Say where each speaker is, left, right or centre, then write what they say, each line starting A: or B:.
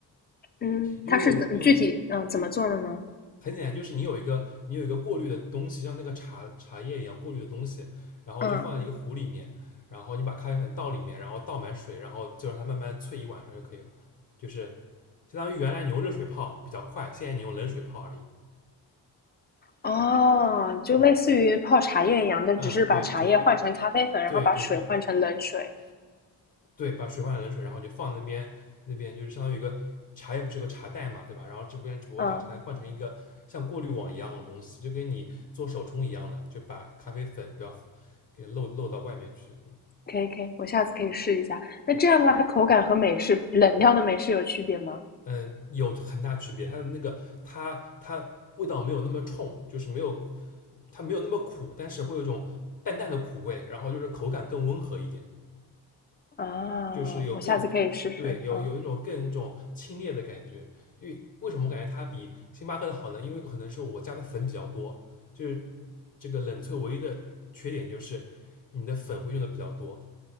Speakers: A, on the left (about 25°); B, on the left (about 45°).
A: 嗯，
B: 因为我用
A: 它是怎具体嗯、呃怎么做的呢？
B: 很简单，就是你有一个你有一个过滤的东西，像那个茶茶叶一样过滤的东西，然后就放在一个壶里面，
A: 嗯
B: 然后你把咖啡粉倒里面，然后倒满水，然后就让它慢慢萃一晚上就可以了。就是相当于原来你用热水泡比较快，现在你用冷水泡而已。
A: 哦，就类似于泡茶叶一样，
B: 嗯
A: 但只是把茶叶换成咖啡粉，
B: 啊，对，就
A: 然后把水换成冷水。
B: 对对对对，把水换成冷水，然后你就放那边，那边就是相当于一个茶叶不是有个茶袋嘛，对吧？然后这边只不过把茶换成一个像过滤网一样的东西，
A: 嗯，
B: 就跟你做手冲一样的，就把咖啡粉不要给漏漏到外面去。嗯，
A: 可以可以，我下次可以试一下。那这样的话，
B: 对，
A: 它口感和美式冷掉的美式有区别吗？
B: 嗯，有很大区别，它的那个它它味道没有那么冲，就是没有它没有那么苦，但是会有一种淡淡的苦味，然后就是口感更温和一点。
A: 啊，
B: 就是有更
A: 我下次可以试试。
B: 对有有一种更一种清冽的感觉。
A: 嗯，
B: 因为为什么我感觉它比星巴克的好呢？因为可能是我加的粉比较多，就是这个冷萃唯一的缺点就是你的粉会用的比较多，